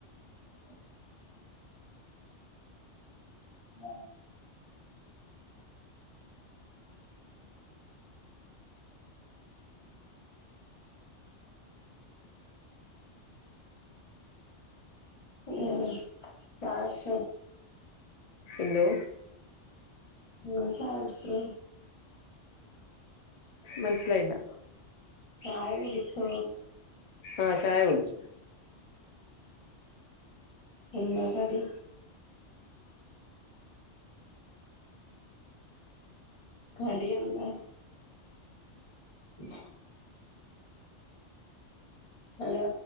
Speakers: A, on the left; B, on the left.
A: ഉം ആഹ് ഉം ചായുടിച്ചു
B: എന്തോ
A: ങ്ങള് ചായുടിച്ചിട്
B: മനസിലായില്ല
A: ചായ കുടിച്ചോ
B: ആഹ് ചായ കുടിച്ച്
A: എന്ന കടി കടിയെന്താ <inaudible> ഹലോ